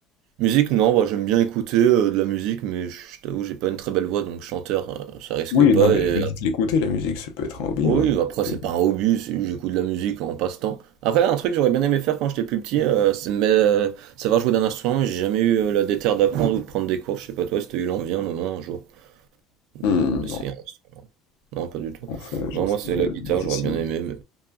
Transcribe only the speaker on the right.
musique, non, bah, j'aime bien écouter euh, de la musique, mais je t'avoue, j'ai pas une très belle voix donc chanteur, euh, ça risque
pas,
et
Oui,
après
c'est pas un hobby, c'est- j'écoute de la musique en passe-temps. Après, un truc que j'aurais bien aimé faire quand j'étais plus petit, euh, c'est mais, euh, savoir jouer d'un instrument, mais j'ai jamais eu euh, la déterre d'apprendre ou de prendre des cours. Je sais pas toi si t'as eu l'envie un moment, un jour, de-
d'essayer un instrument. Non, pas du tout.
Non,
moi
c'est la
guitare,
j'aurais bien aimé, mais,